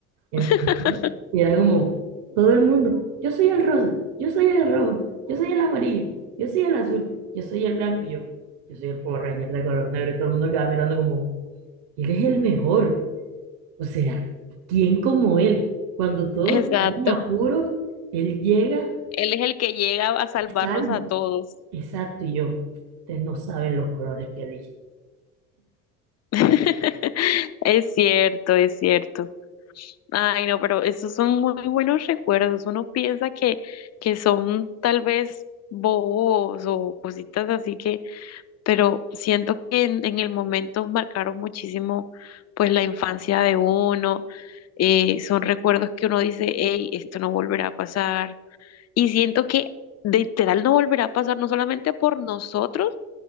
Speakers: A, on the right (about 60°); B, on the left (about 35°).
A: Entonces,
B: <laughs>
A: era como todo el mundo, yo soy el rosa, yo soy el rojo, yo soy el amarillo, yo soy el azul, yo soy el blanco, y yo, yo soy el Power Ranger de color negro, y todo el mundo quedaba mirando como, él es el mejor. O sea, ¿quién como él? Cuando todos
B: Exacto.
A: están en apuros, él llega
B: Él es el que llega a salvarlos
A: y salva.
B: a todos.
A: Exacto, y yo, ustedes no saben los colores que elige.
B: <laughs> Es cierto, es cierto. Ay, no, pero esos son muy buenos recuerdos. Uno piensa que, que son tal vez bobos o cositas así que, pero siento que en, en el momento marcaron muchísimo pues la infancia de uno. Eh, son recuerdos que uno dice, hey, esto no volverá a pasar. Y siento que literal no volverá a pasar, no solamente por nosotros,